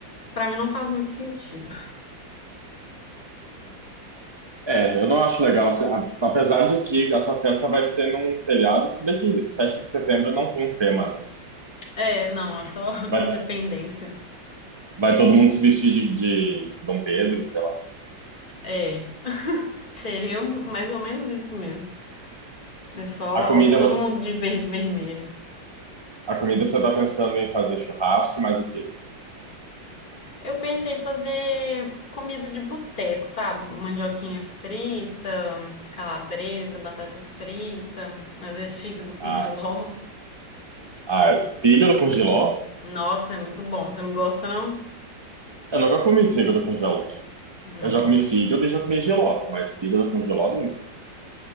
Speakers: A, on the left; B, on the right.
A: pra mim não faz muito sentido. <laughs>
B: É, eu não acho legal, assim, a- apesar de que a sua festa vai ser num feriado, se bem que 7 de setembro não tem um tema, né?
A: É, não, é só <laughs>
B: Vai,
A: independência.
B: vai todo mundo se vestir de, de Dom Pedro, sei lá.
A: É, seria mais ou menos isso mesmo. É só
B: A comida,
A: todo
B: você,
A: mundo de verde e vermelho.
B: a comida você tá pensando em fazer churrasco e mais o quê?
A: Eu pensei em fazer comida de boteco, sabe? Mandioquinha frita, calabresa, batata frita, às vezes fígado com
B: Ah,
A: jiló.
B: ah, fígado com giló?
A: Nossa, é muito bom. Você não gosta, não?
B: Eu nunca comi fígado com giló.
A: Nossa.
B: Eu já comi fígado e já comi jiló, mas fígado com jiló nunca.